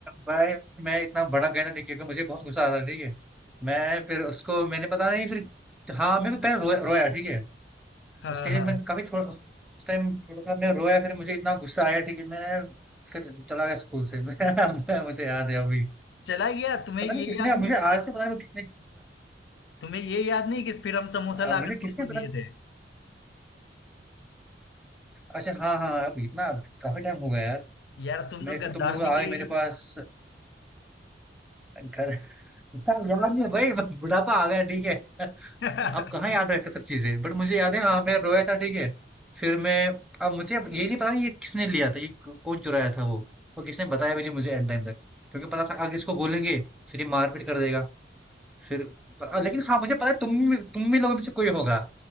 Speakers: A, in the centre; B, on the left.
A: भाई मैं इतना भड़क गया था टीके को मुझे बहुत गुस्सा आ रहा था ठीक है मैं फिर उसको मैंने पता नहीं फिर हाँ मैं फिर पहले रोया रोया ठीक है
B: हाँ
A: उसके लिए
B: हाँ
A: मैं काफी थोड़ा उस टाइम थोड़ा सा मैं रोया फिर मुझे इतना गुस्सा आया ठीक है मैंने फिर चला गया स्कूल से <laughs> मुझे याद है अभी
B: चला गया तुम्हें
A: पता
B: ये
A: नहीं किसने
B: याद नहीं
A: मुझे
B: कि
A: आज से पता नहीं किसने
B: तुम्हें ये याद नहीं कि फिर हम समोसा लाकर
A: अ, मुझे
B: तुमको
A: किसने पता
B: दिए
A: नहीं।
B: थे
A: अच्छा हाँ हाँ अब इतना काफी टाइम हो गया यार
B: यार तुम
A: मैं
B: तो
A: फिर
B: गद्दार
A: तुम लोग आ
B: निकली
A: गए मेरे
B: यार
A: पास घर इतना याद नहीं भाई बुढ़ापा आ गया ठीक है
B: <laughs>
A: <laughs> अब कहाँ याद रहता सब चीजें बट मुझे याद है हाँ मैं रोया था ठीक है फिर मैं अब मुझे अब ये नहीं पता ये किसने लिया था ये कौन चुराया था वो और किसने बताया भी नहीं मुझे एंड टाइम तक क्योंकि पता था आगे इसको बोलेंगे फिर ये मारपीट कर देगा फिर अ, लेकिन हाँ मुझे पता है तुम तुम भी लोगों में से कोई होगा